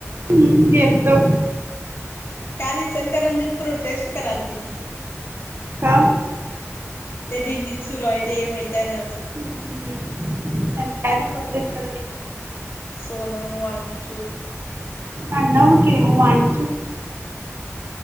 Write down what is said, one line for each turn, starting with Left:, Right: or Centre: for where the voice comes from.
Right: हम्म गेलतो
Left: काय दिसलेल का रंजीत प्रोटेस्ट कराल त तिने
Right: कत्ता
Left: ते दिल्लीत सुरू आहेत हे मैता्याना
Right: हम् हम् त्यांचं कायज करू दे थोडं नाही
Left: सोनम वाांचू
Right: अ न म किर हो वाचुक